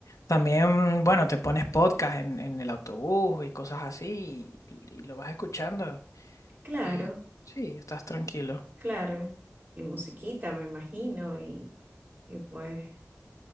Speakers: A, on the left (about 85°); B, on the right (about 40°).
A: también, bueno, te pones podcast en, en el autobús y cosas así y, y lo vas escuchando
B: Claro,
A: y sí, estás tranquilo.
B: claro. Y musiquita, me imagino, y, y pues